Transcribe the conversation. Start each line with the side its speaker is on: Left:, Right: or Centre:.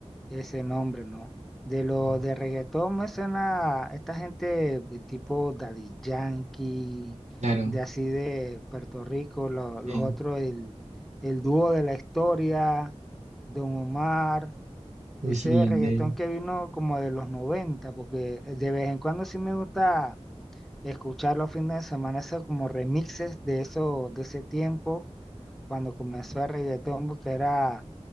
Centre: ese nombre, no. De lo
Right: Ya.
Centre: de reggaetón me suena esta gente de tipo Daddy Yankee,
Right: Claro,
Centre: de así de Puerto Rico, lo- los
Right: sí.
Centre: otros, el, el dúo de la historia, Don Omar,
Right: Wisin
Centre: ese
Right: y Yandel.
Centre: reggaetón que vino como de los 90, porque de vez en cuando sí me gusta escuchar los fines de semana, esos como remixes de eso, de ese tiempo, cuando comenzó el reggaetón, porque era